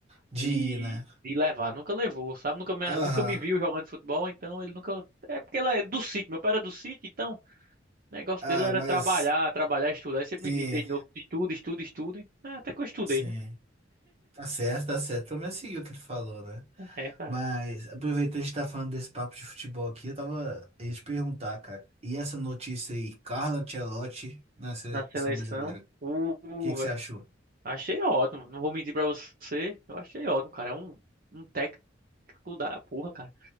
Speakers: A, on the right; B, on the right.
A: De
B: de,
A: ir, né?
B: de levar. Nunca levou, sabe? Nunca me,
A: Aham.
B: nunca me viu jogando futebol, então ele nunca. É porque ele é do sítio, meu pai era do sítio, então o negócio
A: Ah,
B: dele era
A: mas
B: trabalhar, trabalhar, estudar. Ele sempre
A: sim,
B: me disse desde novo: estuda, estuda, estuda. É, até que eu estudei,
A: sim.
B: né?
A: Tá certo, tá certo. Pelo menos seguiu o que ele falou, né?
B: Ah, É, cara.
A: Mas aproveitando a gente tá falando desse papo de futebol aqui, eu tava ia te perguntar, cara. E essa notícia aí, Carlo Ancelotti na seleção
B: na seleção.
A: brasileira, o
B: Uh, uh,
A: que que
B: velho.
A: você achou?
B: Achei ótimo. Não vou mentir pra você. Eu achei ótimo, cara. É um, um técnico da porra, cara.